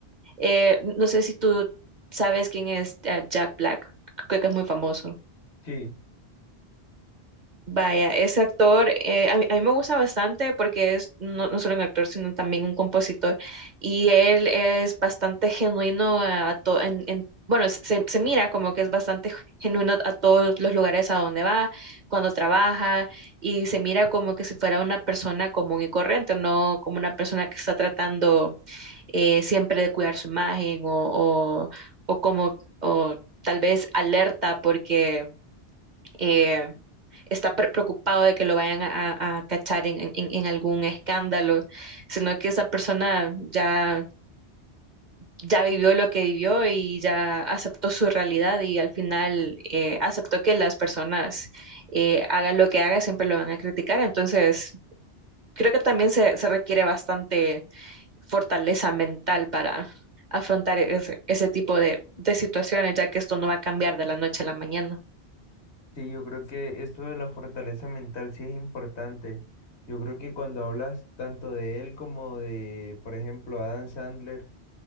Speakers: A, on the right; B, on the left.
A: eh, no sé si tú sabes quién es eh, Jack Black, creo que es muy famoso.
B: Sí,
A: Vaya, ese actor, eh, a, mí a mí me gusta bastante porque es no, no solo un actor, sino también un compositor. Y él es bastante genuino a to- en, en- bueno, se, se mira como que es bastante genuino a todos los lugares a donde va, cuando trabaja, y se mira como que si fuera una persona común y corriente, no como una persona que está tratando eh, siempre de cuidar su imagen o, o, o como, o tal vez alerta porque... eh, está pre- preocupado de que lo vayan a, a- a cachar en, en- en algún escándalo, sino que esa persona ya, ya vivió lo que vivió y ya aceptó su realidad y al final eh, aceptó que las personas eh, hagan lo que hagan, siempre lo van a criticar. Entonces, creo que también se, se requiere bastante fortaleza mental para afrontar ese, ese tipo de, de situaciones, ya que esto no va a cambiar de la noche a la mañana.
B: sí, yo creo que esto de la fortaleza mental sí es importante. Yo creo que cuando hablas tanto de él como de, por ejemplo, Adam Sandler,